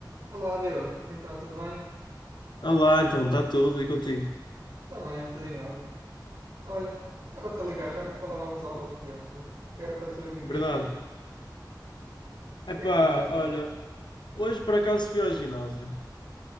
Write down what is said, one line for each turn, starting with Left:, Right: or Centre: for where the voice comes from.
Right: Olá, Diogo. Então, tudo bem?
Left: Olá, então está tudo e contigo?
Right: Também, tudo em ordem. Olha, estava-te a ligar, já não falávamos há algum tempo. Era para saber o que é que
Left: Verdade.
Right: tens feito. O
Left: Epá,
Right: que é que tens andado a fazer?
Left: olha, hoje por acaso fui ao ginásio.